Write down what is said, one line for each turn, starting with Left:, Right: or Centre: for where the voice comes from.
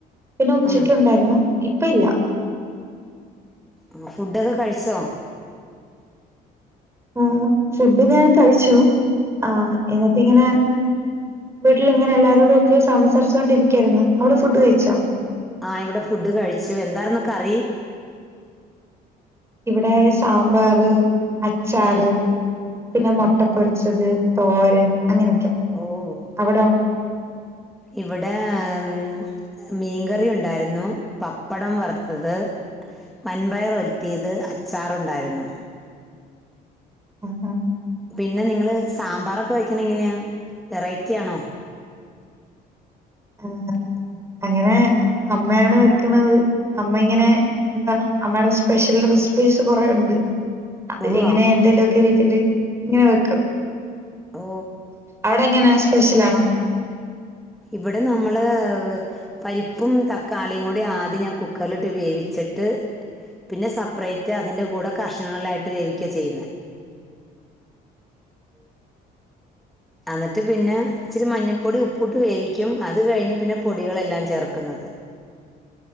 Right: പിന്നെ ഉച്ചക്ക്
Centre: ഉം
Right: ഉണ്ടായിരുന്നു. ഇപ്പം ഇല്ല.
Centre: ആഹ് ഫുഡൊക്കെ കഴിച്ചോ?
Right: ആഹ് ഫുഡ് ഞാൻ കഴിച്ചു ആഹ് എന്നിട്ട് ഇങ്ങനെ. വീട്ടിൽ ഇങ്ങനെ എല്ലാരോടും ഒക്കെ സംസാരിച്ചുകൊണ്ടിരിക്കയായിരുന്നു, അവിടെ ഫുഡ് കഴിച്ചോ?
Centre: ആഹ് ഇവിടെ ഫുഡ് കഴിച്ചു, എന്താർന്നുക്കറി?
Right: ഇവിടെ സാമ്പാറ്, അച്ചാറ്,
Centre: ഉം
Right: പിന്നെ
Centre: ഉം
Right: മുട്ട പൊരിച്ചത്, തോരൻ. അങ്ങനെയൊക്കെ
Centre: ഓഹ്
Right: അവിടോ
Centre: ഇവിടെ ഉം. മീൻകറി, ഉണ്ടായിരുന്നു പപ്പടം വറുത്തത്. വൻപയർ ഒലത്തിയത്, അച്ചാറുണ്ടായിരുന്നു.
Right: ആഹ്
Centre: പിന്നെ നിങ്ങള് സാമ്പാറൊക്കെ വയ്ക്കണ എങ്ങനെയാ വെറൈറ്റി ആണോ? ഉ
Right: ആഹ് അങ്ങനെ അമ്മയാണ് വെക്കുന്നത്. അമ്മ ഇങ്ങനെ എന്താ അമ്മയുടെ സ്പെഷ്യൽ റെസിപ്പീസ് കൊറെ ഉണ്ട്. അതില്
Centre: ഉവ്വോ
Right: ഇങ്ങനെ എന്തേലുമക്കെ രീതിൽ ഇങ്ങനെ വെക്കും
Centre: ഓ
Right: അവടെ എങ്ങനെ സ്പെഷ്യൽ ആണോ?
Centre: ഇവിടെ നമ്മള്. പരിപ്പും, തക്കാളിയും കൂടി ആദ്യം ഞാൻ കുക്കറിലിട്ട് വേവിച്ചിട്ട്. പിന്നെ സെപ്പറേറ്റ് അതിൻ്റെ കൂടെ കഷ്ണങ്ങളിട്ട് വേവിക്കുകാണ് ചെയ്യുന്നത്. ഉ അന്നിട്ട് പിന്നെ ഇച്ചിരി മഞ്ഞൾപ്പൊടി, ഉപ്പു ഇട്ട് വേവിക്കും അത് കഴിഞ്ഞ് പിന്നെ പൊടികളെല്ലാം ചേർക്കുന്നത്.